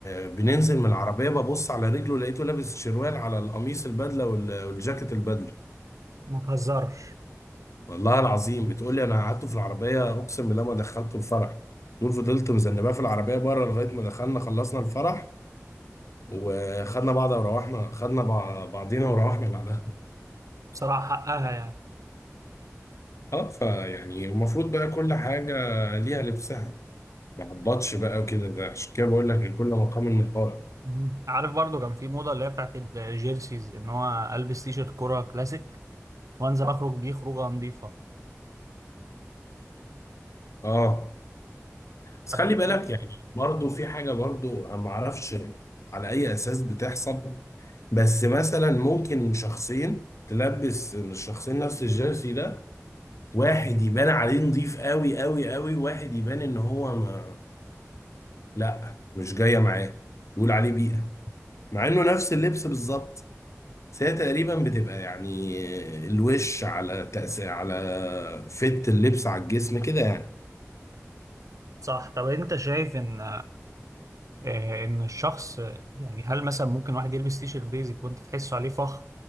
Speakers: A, on the left; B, on the right.
A: آه، بننزل من العربية ببص على رجله لقيته لابس شروال على القميص البدلة وال- والجاكيت البدلة
B: ما تهزرش
A: والله العظيم بتقولي أنا قعدته في العربية أقسم بالله ما دخلته الفرح دول فضلت مذنباه في العربية بره لغاية ما دخلنا خلصنا الفرح وخدنا بعض وروحنا خدنا بع- بعضينا وروحنا بعدها
B: بصراحه حقها يعني
A: اه فيعني المفروض بقى كل حاجة ليها لبسها ما عبطش بقى وكده ده عشان كده بقول لك لكل مقام مقال
B: مم. عارف برضو كان في موضه اللي هي بتاعت الجيرسيز ان هو البس تي شيرت كوره كلاسيك وانزل اخرج بيه خروجه نظيفه
A: اه بس
B: حبيت
A: خلي بالك
B: ده؟
A: يعني برضو في حاجة برضو أنا ما أعرفش على أي أساس بتحصل بس مثلا ممكن شخصين تلبس الشخصين نفس الجيرسي ده واحد يبان عليه نظيف قوي قوي قوي واحد يبان إن هو ما لا مش جاية معاه تقول عليه بيئة مع إنه نفس اللبس بالظبط بس هي تقريبا بتبقى يعني الوش على تأثير على فت اللبس على الجسم كده يعني
B: صح طب انت شايف ان آه، ان الشخص آه، يعني هل مثلا ممكن واحد يلبس تي شيرت بيزك وانت تحسه عليه فخم